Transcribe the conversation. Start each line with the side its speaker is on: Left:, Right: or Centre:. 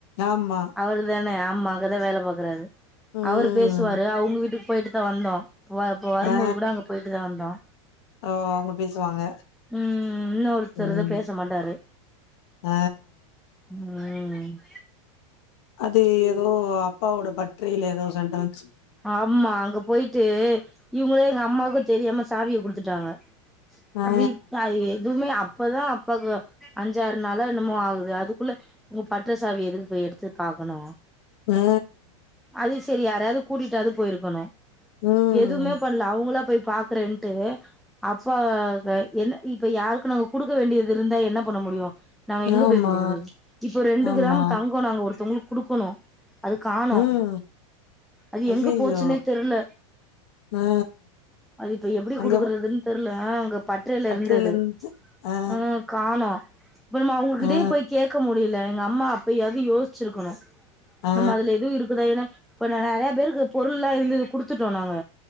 Left: ஆமா
Centre: அவரு தான ஆமா அங்கதா வேல பாக்குறாரு
Left: ம்
Centre: அவரு பேசுவாரு அவுங்க வீட்டுக்கு போயிட்டு தா வந்தோ வ இப்ப வரும்போது
Left: ஆ
Centre: கூட அங்க போயிட்டு தா வந்தோ
Left: ஓ அவங்க பேசுவாங்க
Centre: ம் இன்னு ஒருத்தர்தா
Left: ம்
Centre: பேச மாட்டாரு
Left: ஆ
Centre: ம்
Left: அது எதோ அப்பாவோட பர்த்டேயில எதோ சண்ட வந்
Centre: ஆமா அங்க போயிட்டு இவுங்களே எங்க அம்மாக்கு தெரியாம சாவிய குடுத்துட்டாங்க
Left: ஆ
Centre: அப்டி ப எதுமே அ அப்பதா அப்பாக்கு அஞ்சாறு நாளா என்னமோ ஆகுது அதுக்குள்ள இவுங்க பட்றசாவி எதுக்கு போய் எடுத்து பாக்கணு
Left: ஆ
Centre: அது செரி யாரையாது கூட்டிட்டாவது போயிருக்கணு
Left: ம்
Centre: எதுமே பண்ல அவங்களா போய் பாக்குறேன்ட்டு அப்பாவ த என்ன இப்ப யாருக்கு நாங்க குடுக்க வேண்டியது இருந்தா என்ன பண்ண முடியு நாங்க எங்க
Left: ஆமா
Centre: போய் குடுக்குறது இப்போ ரெண்டு
Left: ஆமா
Centre: கிராம் தங்கோ நாங்க ஒருத்தங்களுக்கு குடுக்கணு அது காணோ
Left: ம்
Centre: அது
Left: ஐயையோ
Centre: எங்க போச்சுன்னே தெர்ல
Left: ஆ
Centre: அது இப்ப எப்டி
Left: அங்க
Centre: குடுக்குறதுன் தெர்ல அ அங்க பட்றைல
Left: பட்டறையில
Centre: இருந்தது
Left: இருந்து ஆ
Centre: அ காணோ இப்ப நம்ம அவுங்ககிட்டயு
Left: ஆ
Centre: போய் கேக் க முடியல எங்க அம்மா அப்பயாது யோசிச்சிருக்கணு
Left: ஆ
Centre: நம்ம அதுல எதுவு இருக்குதா ஏனா இப்ப நெறைய பேருக்கு பொருள்ல்லா இருந்தது கொடுத்துட்டோ நாங்க